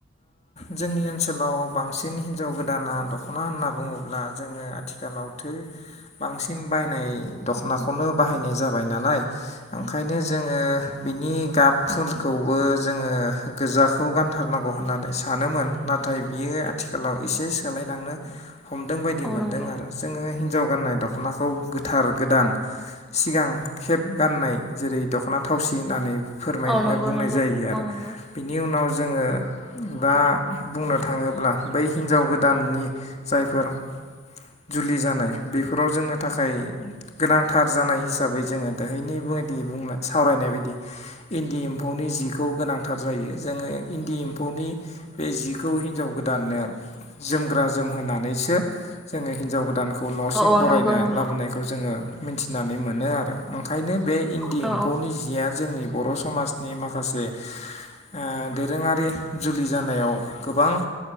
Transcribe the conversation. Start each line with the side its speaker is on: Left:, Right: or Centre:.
Left: जोंनि ओनसोलाव बांसिन हिनजाव गोदाना दख'ना होनना बुङोब्ला जोङो आथिखालावथो बांसिन बायनाय दख'नाखौनो बाहायनाय जाबाय नालाय। ओंखायनो जोङो बिनि गाबफोरखौबो जोङो गोजाखौ गानथारनांगौ होननानै सानोमोन नाथाय बियो आथिखालाव एसे सोलायलांनो हमदों बायदि
Centre: औ
Left: मोन्दों
Centre: नंगौ
Left: आरो जोङो हिनजाव गाननाय दख'नाखौ गोथार गोदान सिगां खेब गाननाय जेरै दख'ना थावसि होननानै फोरमाय
Centre: औ नंगौ
Left: बुंनाय
Centre: नंगौ
Left: जायो आरो
Centre: औ नंगौ
Left: बिनि उनाव जोङो दा बुंनो थाङोब्ला बै हिनजाव गोदाननि जायफोर जुलि जानाय बेफोराव जोमनो थाखाय गोनांथार जानाय हिसाबै जोङो दोहैनि बुङ बि बुंनाय सावरायनाय बायदि इन्दि एम्फौनि जिखौ गोनांथार जायो जोङो इन्दि एम्फौनि बे जिखौ हिनजाव गोदाननो जोमग्रा जोमहोनानैसो जोङो हिनजाव गोदानखौ न'सिम
Centre: औ औ
Left: बरायना
Centre: नंगौ नंगौ
Left: लाबोनायखौ जोङो मिथिनानै मोनो आरो ओंखायनो बे इन्दि
Centre: औ
Left: एम्फौनि जिया जोंनि बर' समाजनि माखासे ओ दोरोङारि जुलि जानायाव गोबां